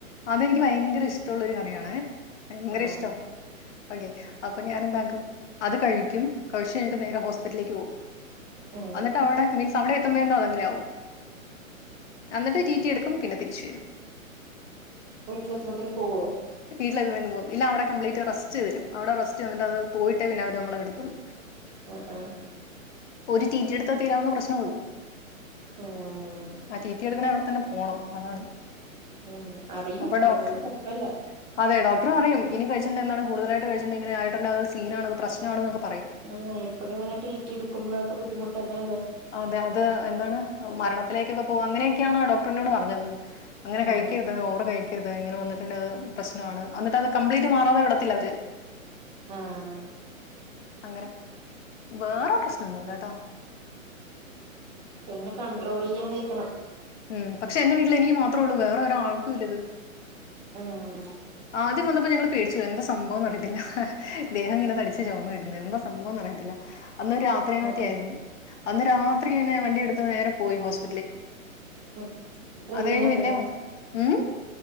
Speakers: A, on the left (about 60°); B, on the right (about 30°).
A: അതെനിക്ക് ഭയങ്കര ഇഷ്ട്ടൊള്ളൊരു കറിയാണെ ഭയങ്കര
B: ആഹ്
A: ഇഷ്ടവാണ്‌ ഓക്കെ അപ്പൊ ഞാനെന്താക്കും അത് കഴിക്കും കഴിച്ചു കഴിഞ്ഞിട്ട് നേരെ ഹോസ്പിറ്റിലേക്ക് പോകും
B: ആഹ്
A: അന്നിട്ട് അവിടെ മീൻസ് അവിടെ എത്തുമ്പോ തന്നെ അത് അങ്ങനെ ആകും എന്നിട്ട് റ്റി റ്റി എടുക്കും പിന്നെ തിരിച്ചു വരും
B: വീട്ടിലെത്തുമ്പോത്തേനും പോവുവോ
A: ഇല്ല ഇവിടെ നിന്ന് പോകും അല്ലേ അവിടെ കംപ്ലീറ്റ് റസ്റ്റ് വരും അവിടെ റസ്റ്റ് തന്നിട്ട് അത് പോയിട്ടേ അവര് നമ്മളെ വിടത്തുള്ളു
B: ആ ആ
A: ഒരു റ്റിറ്റിയെടുത്താ തീരാവുന്ന പ്രശ്നവേയുള്ളൂ
B: ആഹ്
A: ആ റ്റീ റ്റീ എടുക്കണേൽ അവിടെ ത്തന്നെ പോണം അതാണ്
B: ആഹ് അറിയും
A: അപ്പൊ
B: അതുകൊണ്ട്
A: ഡോക്ട്ർ
B: കൊഴപ്പല്ല
A: അതെ ഡോക്ടർ പറയും ഇനി കഴിച് ന്നെന്താണ് കൂടുതലായിട്ട് കഴിച്ച് ഇങ്ങനായിട്ട്ണ്ടെ അത് സീനാണത് പ്രശ്നാണ് എന്നൊക്കെ
B: ഏഹ് എപ്പഴും ങ്ങനെ റ്റിറ്റി എടുക്കുമ്പോ ക്കെ ബുദ്ധിമുട്ടെന്നെല്ലേ.
A: അതെ അത് എന്താണ് മരണത്തിലേക്കൊക്കെ പോകും അങ്ങനെയൊക്കെയാണ് ഡോക്ടർ എന്നോട് പറഞ്ഞത് അങ്ങനെ
B: ആഹ്
A: കഴിക്കര്ത് ഓവർ കഴിക്കര്ത്. ഇങ്ങനെ വന്നിട്ട്ണ്ടേ അത് പ്രശ്നാണ്. അന്നിട്ട് അത് കംപ്ലീറ്റ് മാറാതെ വിട ത്തില്ലവര്
B: ആഹ്.
A: അങ്ങനെ വേറെ പ്രശ്നന്നുല്ലട്ടാ.
B: പിന്ന കണ്ട്രോളെയ്യാൻ വെയ്ക്കണം.
A: ഉം. പക്ഷെ എന്റെ വീട്ടിൽ എനിക്ക് മാത്രോള്ളു വേറെ ഒരാൾക്കു ഇല്ല ഇത്.
B: ഉം.
A: ആദ്യം വന്നപ്പോ ഞങ്ങൾ പേടിച്ച്പോയി എന്താ സംഭവന്നറിയത്തില്ല ഹ ദേഹം ഇങ്ങനെ തടി ച്ച് ചൊമന്ന് വെരുന്നെ എന്താ സംഭവം എന്നറിയത്തില്ല. അന്ന് രാത്രിയോ മറ്റായിരുന്നു
B: ആഹ്
A: അന്ന് രാ ത്രിയെന്നെ വണ്ടിയെട്ത്ത് നേരെ പോയി ഹോസ്
B: ഉം ഡ്രൈവിംഗറ്യോ
A: അത് കഴിഞ്ഞ് പിന്നെ വന്ന്- ഉം